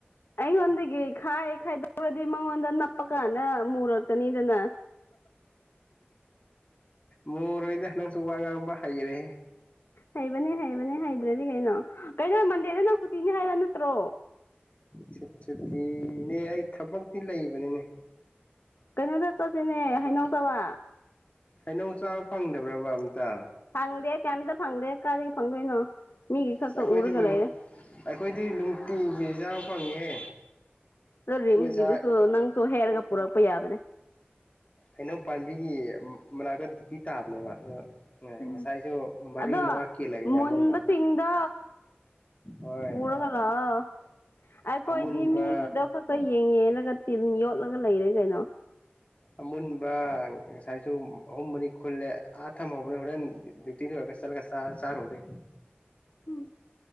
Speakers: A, on the left; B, on the left.
A: ꯑꯩꯉꯣꯟꯗꯒꯤ ꯈꯥꯏ ꯈꯥꯏꯗꯣꯛꯔꯗꯤ ꯃꯉꯣꯟꯗ ꯅꯞꯄꯀꯥꯟꯗ ꯃꯨꯔꯛꯀꯅꯤꯗꯅ
B: ꯃꯨꯔꯣꯏꯗ ꯅꯪꯁꯨ ꯋꯥ ꯉꯥꯡꯕ ꯍꯩꯔꯦ
A: ꯍꯩꯕꯅꯦ ꯍꯩꯕꯅꯦ ꯍꯩꯗ꯭ꯔꯗꯤ ꯀꯩꯅꯣ ꯀꯩꯅꯣ ꯃꯟꯗꯦꯗ ꯅꯪ ꯁꯨꯇꯤꯅꯦ ꯍꯥꯏꯕ ꯅꯠꯇ꯭ꯔꯣ
B: ꯁꯨꯠ ꯁꯨꯇꯤꯅꯦ ꯑꯩ ꯊꯕꯛꯇꯤ ꯂꯩꯕꯅꯤꯅꯦ
A: ꯀꯩꯅꯣꯗ ꯆꯠꯁꯤꯅꯦ ꯍꯩꯅꯧ ꯆꯕ
B: ꯍꯩꯅꯧ ꯆꯥꯕ ꯐꯪꯗꯕ꯭ꯔꯕ ꯑꯝꯇ
A: ꯐꯪꯗꯦ ꯀꯩꯝꯇ ꯐꯪꯗꯦ ꯀꯔꯤꯗꯒꯤ ꯐꯪꯗꯣꯏꯅꯣ ꯃꯤꯒꯤ ꯈꯛꯇ
B: ꯑꯁ ꯑꯩꯈꯣꯏꯗꯤ
A: ꯎꯔꯒ ꯂꯩꯔꯦ
B: ꯑꯩꯈꯣꯏꯗꯤ ꯅꯨꯡꯇꯤꯒꯤ ꯆꯥ ꯐꯪꯉꯤꯍꯦ
A: ꯅꯣꯏ ꯔꯤꯝꯁꯒꯤꯗꯨꯁꯨ
B: ꯉꯁꯥꯏ
A: ꯅꯪꯁꯨ ꯍꯩꯛꯔꯒ ꯄꯨꯔꯛꯄ ꯌꯥꯕꯅꯦ
B: ꯍꯩꯅꯧ ꯄꯥꯝꯕꯤꯒꯤ ꯃꯅꯥꯛꯇ ꯗꯨꯏꯇꯤ ꯇꯥꯕꯅꯦꯕ ꯑꯗꯣ ꯉꯁꯥꯏꯁꯨ
A: ꯎꯝ
B: ꯃꯔꯤ
A: ꯑꯗꯣ
B: ꯃꯉꯥ ꯀꯦꯜꯂꯛꯏꯅꯦ ꯑꯃꯨꯟꯕ
A: ꯃꯨꯟꯕꯁꯤꯡꯗꯣ
B: ꯍꯣꯏ
A: ꯋꯥꯑ ꯑꯩꯈꯣꯏꯗꯤ
B: ꯑꯃꯨꯟꯕ
A: ꯃꯤꯒꯤꯗꯣ ꯈꯛ ꯈꯣꯏ ꯌꯦꯡ ꯌꯦꯜꯂꯒ ꯇꯤꯟ ꯌꯣꯠꯂꯒ ꯂꯩꯔꯦ ꯀꯩꯅꯣ
B: ꯑꯃꯨꯟꯕ ꯉꯁꯥꯏꯁꯨ ꯑꯍꯨꯝ ꯃꯔꯤ ꯈꯨꯜꯂꯦ ꯑꯥ ꯊꯝꯍꯧꯔꯦ ꯍꯣꯔꯦꯟ ꯗ꯭ꯌꯨꯇꯤ ꯂꯔꯒ ꯆꯠꯂꯒ ꯆ ꯇ ꯆꯥꯔꯣꯗꯤ
A: ꯎꯝ